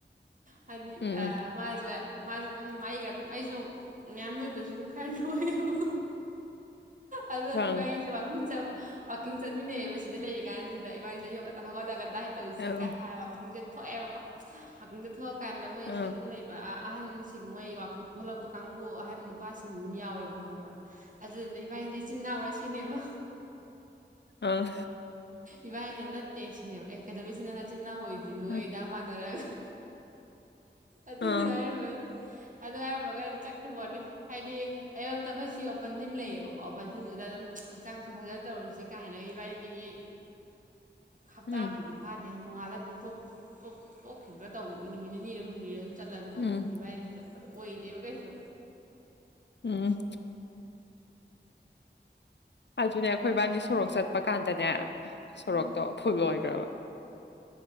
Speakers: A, on the right; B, on the left.
A: ꯑꯅꯤ
B: ꯎꯝ
A: ꯑ
B: ꯎꯝ
A: ꯃꯥ ꯃꯥ ꯑꯗꯨꯝ ꯑꯩꯒ ꯑꯗꯨꯝ ꯑꯩꯁꯨ ꯉꯟ ꯑꯣꯏꯣꯏꯗꯁꯨ ꯑꯗꯨꯝ ꯈꯔ ꯑꯣꯏꯌꯦꯕ ꯑꯗ
B: ꯑꯪ
A: ꯏꯚꯍꯤꯁꯤ ꯋꯥꯜꯀꯤꯡ ꯆꯠꯄꯥ ꯆꯠꯃꯤꯟꯅꯩꯑꯕ ꯁꯤꯗ ꯂꯩꯔꯤ ꯀꯥꯟ ꯁꯤꯗ ꯏꯕꯥꯅꯤꯁꯩ ꯌꯒ ꯍꯧꯒꯠꯂꯒ ꯗꯥꯏ ꯇꯧꯁꯤ
B: ꯑꯪ
A: ꯀꯥꯏ ꯍꯥꯏꯕ ꯋꯥꯈꯪꯁꯦ ꯊꯣꯛꯑꯦꯕꯀꯣ ꯋꯥꯛꯀꯤꯡꯗ ꯊꯣꯛꯑꯀꯥꯟꯗ ꯃꯣꯏꯁꯤꯗ
B: ꯎꯝ
A: ꯑꯗꯨꯝ ꯂꯩꯕ ꯑꯍꯟꯁꯤꯡ ꯃꯣꯏ ꯋꯥꯋꯥꯛꯀꯤꯡ ꯊꯣꯛꯂꯛꯄ ꯀꯥꯡꯕꯨ ꯑꯍꯟ ꯏꯄꯥꯁꯤꯡꯗꯨꯝ ꯌꯥꯎꯋꯦꯕ ꯍꯪꯕ꯭ꯔꯥ ꯑꯗꯨꯗꯨꯅ ꯏꯄꯥ ꯏꯁꯦ ꯆꯤꯟꯅꯥꯎꯔꯥ ꯁꯤꯅꯦꯕ
B: ꯑꯥ
A: ꯏꯕꯥ ꯏꯅ ꯅꯠꯇꯦ ꯁꯤꯅꯦꯕ ꯑꯦꯀꯥꯗꯃꯤꯁꯤ ꯅꯥꯆꯤꯟꯅꯅꯥ ꯑꯣꯏꯗ꯭ꯔꯤ ꯅꯣꯏ
B: ꯎꯝ
A: ꯏꯗꯥ ꯃꯥꯟꯅꯔꯛꯑꯒ ꯑꯗꯨ
B: ꯑꯪ
A: ꯉꯔꯝꯃꯣꯏ ꯑꯗꯨ ꯍꯥꯏꯔꯝꯨꯔꯒ ꯑꯗꯨꯝ ꯆꯠꯈ꯭ꯔꯤꯕꯣꯠꯅꯤ ꯍꯥꯏꯗꯤ ꯑꯌꯨꯛꯇ ꯑꯩꯈꯣꯏ ꯁꯤ ꯑꯣꯄꯟ ꯖꯤꯝ ꯂꯩꯌꯦꯕꯀꯣ ꯑꯣꯄꯟ ꯖꯤꯝꯁꯤꯗ ꯑꯗꯨꯝ ꯍꯛꯆꯥꯡ ꯁꯠꯊꯖꯠ ꯇꯧꯔꯁꯤ ꯀꯥꯏꯅ ꯏꯕꯥꯏꯅꯤꯒꯤ ꯍꯞꯇꯥꯕꯨꯗꯤ
B: ꯎꯝ
A: ꯐꯥꯗꯦ ꯑꯦ ꯅꯣꯡꯉꯥꯂ ꯑꯗꯨꯝ ꯇꯣꯛꯈꯤꯕ꯭ꯔꯥ ꯇꯧꯈꯤꯕ ꯅꯨꯃꯤꯠ ꯅꯤ ꯍꯨꯝꯅꯤ ꯑꯗꯨꯝ ꯆꯠꯂꯅ ꯇꯣꯛꯈꯤꯅꯤꯕ
B: ꯎꯝ
A: ꯍꯥꯏꯗꯤ ꯆꯠꯄꯗꯣ ꯑꯣꯏꯗꯦꯕ ꯀꯩꯁꯨ
B: ꯎꯝ ꯑꯗꯨꯅꯦ ꯑꯩꯈꯣꯏꯕꯥꯅꯤ ꯁꯣꯔꯣꯛ ꯆꯠꯄ ꯀꯥꯟꯗꯅꯦ ꯁꯣꯔꯣꯛꯇꯣ
A: ꯎꯝ
B: ꯐꯨꯕ ꯑꯣꯏꯈ꯭ꯔꯕ